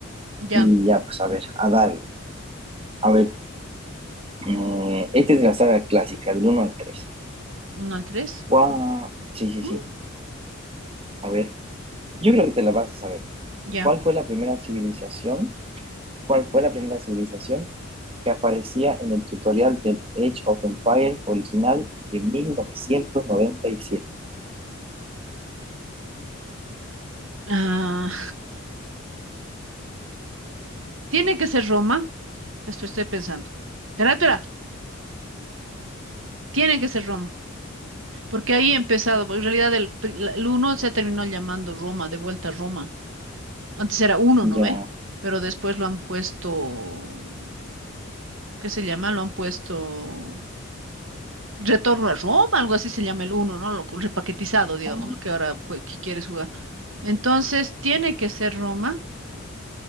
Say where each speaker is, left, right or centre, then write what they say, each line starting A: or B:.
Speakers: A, on the right; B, on the right.
A: Ya,
B: y ya, pues a ver, a darle. A ver, Eh, esta es de la saga clásica, del uno al 3.
A: uno al tres.
B: Guau, Sí, sí,
A: Mm,
B: sí. A ver, yo creo que te la vas a saber.
A: ya.
B: ¿Cuál fue la primera civilización? ¿Cuál fue la primera civilización que aparecía en el tutorial del Age of Empires original de mil novecientos noventa y siete?
A: Ah, tiene que ser Roma. Esto estoy pensando. Espera, espera. Tiene que ser Roma. Porque ahí he empezado. porque en realidad el, pri- la- el uno se terminó llamando Roma, de vuelta a Roma. Antes era uno,
B: Ya.
A: ¿no ve? Pero después lo han puesto, ¿qué se llama? Lo han puesto Retorno a Roma, algo así se llama el uno, ¿no? Lo co- repaquetizado, digamos,
B: Ah,
A: ¿no? Que ahora cu- que quieres jugar. Entonces, tiene que ser Roma.